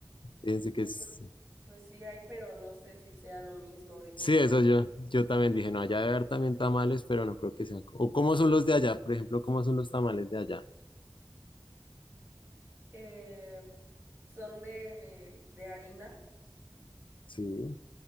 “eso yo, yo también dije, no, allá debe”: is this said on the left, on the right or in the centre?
Left